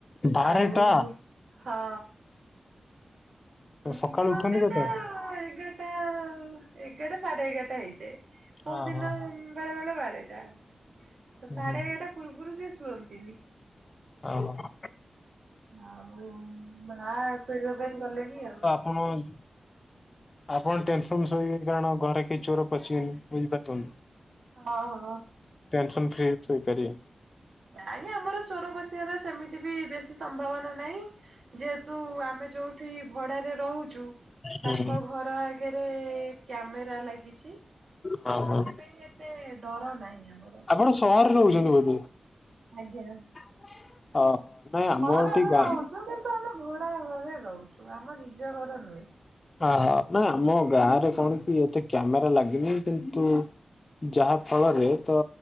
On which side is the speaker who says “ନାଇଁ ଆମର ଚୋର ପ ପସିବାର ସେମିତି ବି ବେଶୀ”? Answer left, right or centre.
Right